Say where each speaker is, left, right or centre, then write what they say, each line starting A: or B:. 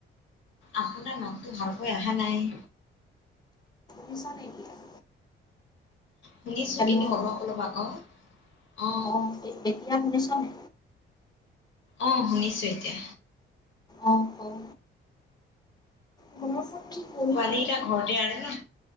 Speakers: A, on the left (about 70°); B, on the left (about 20°).
A: আপোনাৰ মাতটো ভালকৈ অহা নাই।
B: মিছাতে এই বোৰ
A: শুনিছোঁ
B: হেল্ল'
A: কিন্তু অলপ অলপ আকৌ, অ'।
B: অঁ এতিয়া শুনিছ নে?
A: অ'শুনিছোঁ এতিয়া।
B: অঁ অঁ শুনচোন কি কৰিবি
A: পোৱালীকেইটা ঘৰতে আৰু ন?